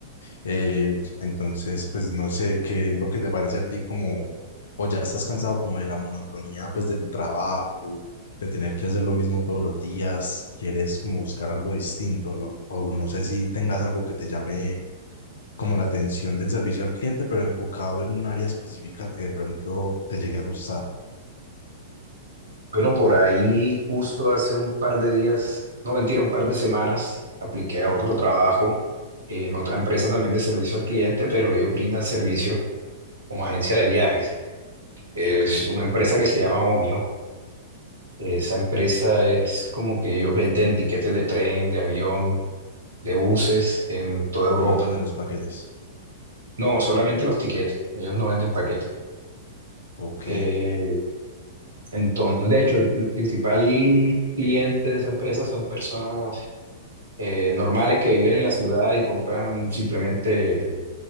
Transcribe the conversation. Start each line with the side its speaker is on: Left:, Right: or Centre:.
Left: Eh, entonces, pues no sé qué es lo que te parece a ti como, o ya estás cansado como de la monotonía pues de tu trabajo, de tener que hacer lo mismo todos los días, quieres como buscar algo distinto, ¿no? O no sé si tengas algo que te llame como la atención del servicio al cliente, pero enfocado en un área específica que de pronto te llegue a gustar.
Right: Bueno, por ahí justo hace un par de días, no mentira, un par de semanas, apliqué a
Left: Ujú,
Right: otro trabajo en otra empresa también de servicio al cliente, pero ellos brindan servicio como agencia de viajes. Es
Left: Ok,
Right: una empresa que se llama Omio. Esa empresa es como que ellos venden tiquetes de tren, de avión, de buses en toda Europa.
Left: ellos venden los paquetes.
Right: No, solamente los tiquetes. Ellos no venden paquetes.
Left: Ok,
Right: Eh, Entonces, de hecho, el, el principal cliente de esa empresa son personas eh, normales que viven en la ciudad y compran simplemente el,